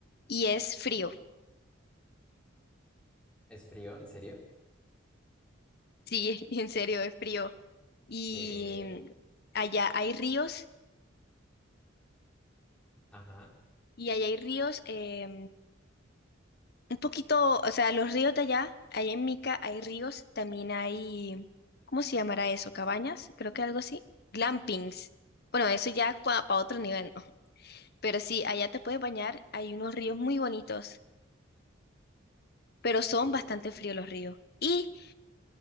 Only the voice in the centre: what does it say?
¿Es frío? ¿En serio?
¿Qué?
Ajá.
Uh.